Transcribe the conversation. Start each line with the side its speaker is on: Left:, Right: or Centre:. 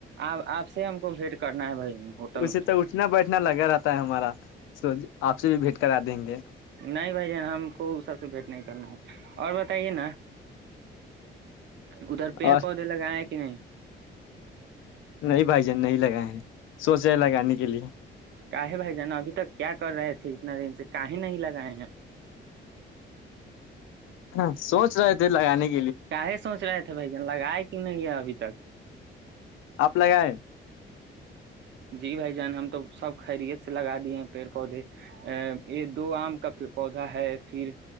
Right: آپ آپ سے ہم کو بھیٹ کرنا ہے بھائی ہم ہوٹل
Left: اسے
Right: میں
Left: تو اٹھنا بیٹھنا لگا رہتا ہے ہمارا سو آپ سے بھیٹ کرا دیں گے
Right: نہیں بھائی جان ہم کو سب سے بھیٹ نہیں کرنا ہے اور بتائیے نا ادھر پیڑ
Left: اور
Right: پودے لگائے کہ کہ نہیں
Left: نہیں بھائی جان نہیں لگائے ہیں سوچے ہے لگانے کے لیے
Right: کااہے بھائی جانا ابھی تک کیا کر رہے تھے اتنا دن سے کاہے نہیں لگائے ہیں
Left: ہاں سوچ رہے تھے لگانے کی
Right: کاے سوچ رہے تھے بھائی جان لگائے کیوں نہیں ہے ابھی تک
Left: آپ لگائیں
Right: جی بھائی جان ہم تو سب خیریت سے لگا دیے ہیں پیڑ پودے ا یہ دو آم کا پودا ہے پھر